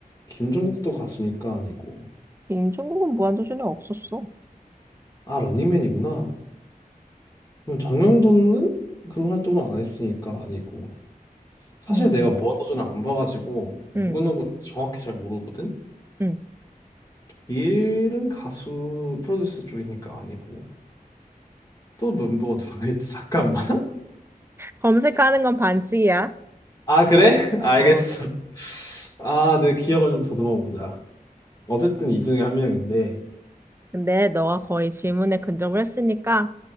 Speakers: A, on the left; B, on the right.
A: 김종국도 가수니까 아니고,
B: 임종국은 무한도전에 없었어.
A: 아, 런닝맨이구나. 그럼 정영돈은 그런 활동을 안 했으니까 아니고. 사실
B: 음.
A: 내가 무한도전을 안 봐가지고, 누구누구
B: 응,
A: 정확히 잘 모르거든?
B: 응.
A: 길은 가수 프로듀스 쪽이니까 아니고. 또 멤버가 누가 있지? 잠깐만. <laughs>
B: 검색하는 건 반칙이야.
A: 아, 그래? <laughs> 알겠어.
B: 어,
A: 아, 내 기억을 좀 더듬어 보자. 어쨌든 이 중에 한 명인데,
B: 근데 너가 거의 질문에 근접을 했으니까